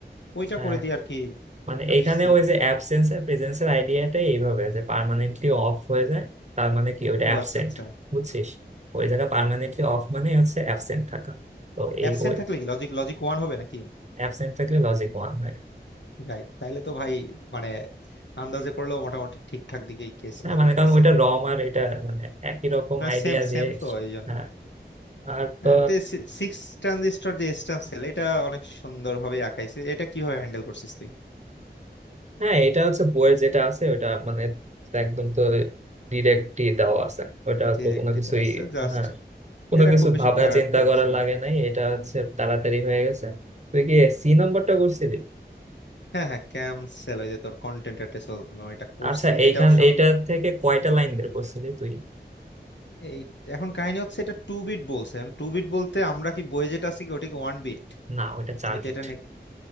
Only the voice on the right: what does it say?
হ্যাঁ,
মানে
এখানে ওই যে অ্যাবসেন্স আর প্রেজেন্সের আইডিয়াটাই এইভাবে যে পার্মানেন্টলি অফ হয়ে যায় তার মানে কি ওইটা
অ্যাবসেন্ট
বুঝছিস ওই জায়গা পার্মানেন্টলি অফ মানে হচ্ছে অ্যাবসেন্ট থাকা তো
এই ওই
অ্যাবসেন্ট থাকলে লজিক ওয়ান হয়
হ্যাঁ
মানে
কারণ ওইটা রম আর এটা মানে একই রকম আইডিয়া
দিয়ে
হ্যাঁ আর তো
হ্যাঁ এটা হচ্ছে বইয়ে যেটা আছে ওইটা মানে একদম তো ডিরেক্টই দেওয়া আছে ওটা
তো কোনো কিছুই
হ্যাঁ কোনো
কিছু
ভাবনা
চিন্তা করার
লাগে
নাই এটা হচ্ছে তাড়াতাড়ি হয়ে গেছে তুই কি সি নাম্বারটা করছিলি
আচ্ছা এইখান
এইটা থেকে কয়টা লাইন বের করছিলি তুই
না ওইটা চার
বিট